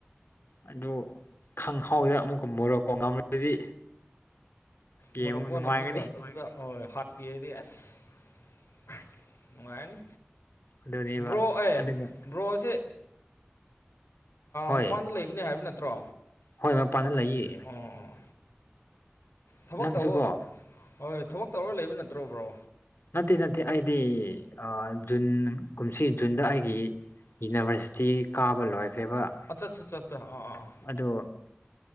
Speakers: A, on the left (about 65°); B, on the left (about 90°).
A: ꯑꯗꯨ ꯈꯪꯍꯥꯎꯗꯦ ꯑꯃꯨꯛꯀꯨꯝꯃꯔꯣꯀꯣ ꯉꯝꯃꯗꯤ ꯌꯦꯡꯉꯨ
B: ꯃꯣꯔꯣꯛꯀꯣꯟꯅ
A: ꯅꯨꯡꯉꯥꯏꯒꯅꯤ
B: ꯑꯃꯨꯛ ꯑꯗꯨꯗ ꯍꯣꯏ ꯍꯥꯠꯄꯤꯔꯗꯤ ꯑꯁ ꯅꯨꯡꯉꯥꯏꯔꯅꯤ
A: ꯑꯗꯨꯅꯦꯕ
B: ꯕ꯭ꯔꯣ ꯑꯦ
A: ꯑꯗꯨꯒ
B: ꯕ꯭ꯔꯣꯁꯦ
A: ꯍꯣꯏ
B: ꯃꯄꯥꯟꯗ ꯂꯩꯕꯅꯦ ꯍꯥꯏꯕ ꯅꯠꯇ꯭ꯔꯣ
A: ꯍꯣꯏ ꯃꯄꯥꯟꯅ ꯂꯩꯌꯦ
B: ꯑꯣ ꯊꯕꯛ
A: ꯅꯪꯁꯨꯀꯣ
B: ꯇꯧꯕ ꯍꯣꯏ ꯊꯕꯛ ꯇꯧꯔ ꯂꯩꯕ ꯅꯠꯇ꯭ꯔꯣꯕ꯭ꯔꯣ
A: ꯅꯠꯇꯦ ꯅꯠꯇꯦ ꯑꯩꯗꯤ ꯖꯨꯟ ꯀꯨꯝꯁꯤ ꯖꯨꯟꯗ ꯑꯩꯒꯤ ꯌꯨꯅꯤꯚꯔꯁꯤꯇꯤ ꯀꯥꯕ ꯂꯣꯏꯈ꯭ꯔꯦꯕ
B: ꯑꯠꯆꯥ ꯑꯠꯆꯥ ꯑꯠꯆꯥ ꯑꯠꯆꯥ ꯑꯥ ꯑꯥ ꯑꯥ
A: ꯑꯗꯨ